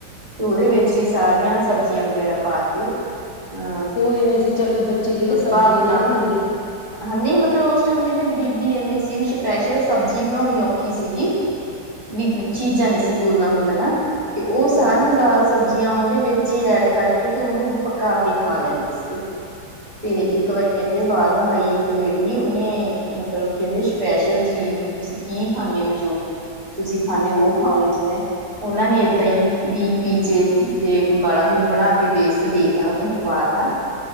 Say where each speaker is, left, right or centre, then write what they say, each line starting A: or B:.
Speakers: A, on the right; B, on the left.
A: ਤੇ ਓਹਦੇ ਵੇਚ
B: ਅੱਛਾ
A: ਈ ਸਾਰੀਆਂ ਸਬਜ਼ੀਆਂ ਵਗੈਰਾ ਪਾ ਕੇ ਅਹ
B: ਉਹ ਐਵੇਂ ਸੀ, ਚੱਲ ਬੀ ਬੱਚੇ ਜੇੜੇ ਸਬਜ਼ੀਆਂ
A: ਭਾਫ ਨਾ
B: ਨਹੀਂ ਖਾਂਦੇ।
A: ਹਾਂ ਨਹੀਂ ਮਤਲਬ, ਉਸ ਟਾਈਮ ਕੈੰਦੇ ਗਰੀਬੀ ਇੰਨੀ ਸੀ ਵੀ ਸਪੈਸ਼ਲ ਸਬਜ਼ੀ ਬਣੋਣੀ ਔਖੀ ਸੀਗੀ। ਵੀ
B: ਅੱਛਾ
A: ਚੀਜ਼ਾਂ ਨ੍ਹੀਂ ਸੀ ਪੂਰਣਾ ਹੁੰਦੀਆਂ ਤੇ ਓਹ
B: ਹਮ
A: ਸਾਰੀਆਂ ਦਾਲਸ ਸਬਜ਼ੀਆਂ ਓਹਦੇ ਵਿੱਚ ਈ ਐਡ ਕਰਕੇ ਤੇ ਓਹਨੂੰ ਪਕਾ ਕੇ ਖਾ ਲੈਂਦੇ ਸੀ। ਤੇ
B: ਠੀਕ
A: ਇੱਕ ਵਾਰੀ ਕੈੰਦੇ ਬਾਰ ਰੋ ਆਈ ਇੱਕ ਲੇਡੀ ਉਹਨੇ ਮਤਲਬ ਕੈੰਦੇ ਸਪੈਸ਼ਲ ਚੀਜ਼ ਵੀ ਤੁਸੀਂ ਕੀ ਖਾਂਨੇ ਓ ਜੋ ਤੁਸੀਂ ਖਾਣੇ ਓ, ਓਹ ਖਾਉਗੀ ਮੈਂ। ਓਹਨਾਂ ਨੇ ਏਦਾਂ ਹੀ ਵੀ ਪੀਜੇ ਦੇ ਬਾਲਾ ਹੀ ਬਣਾ ਕੇ ਬੇਸ ਦੇਤਾ ਓਹਨੂੰ, ਖਵਾ ਤਾ,